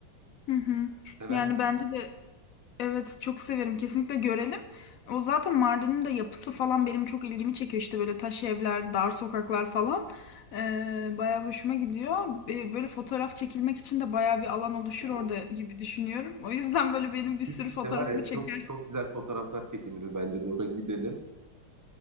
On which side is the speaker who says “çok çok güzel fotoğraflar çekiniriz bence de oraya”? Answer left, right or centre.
Right